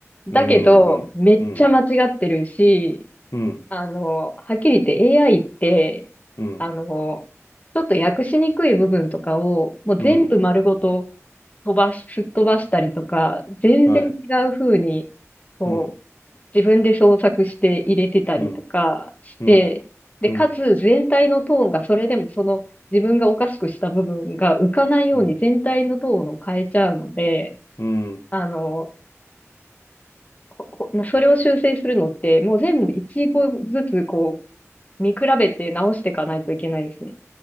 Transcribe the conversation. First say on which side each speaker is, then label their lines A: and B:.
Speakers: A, on the left (about 30°); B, on the left (about 70°).
A: だけど、
B: うん、
A: めっちゃ間違ってるし、
B: うん。うん、
A: あの、はっきり言って AI って、
B: うん、
A: あの、ちょっと訳しにくい部分とかをもう全部丸ごと
B: うん、
A: 飛ばし、すっ飛ばしたりとか、全然違う風に、
B: はい。
A: こ
B: うん、
A: 自分で創作して入れてたりとかして、
B: うん、うん、
A: で、
B: うん、
A: かつ全体のトーンがそれでもその自分がおかしくした部分が浮かないように全体のトーンを変えちゃうので、
B: うん、うん、
A: あの、ほほそれを修正するのってもう全部一語ずつこう見比べて直していかないといけないですね。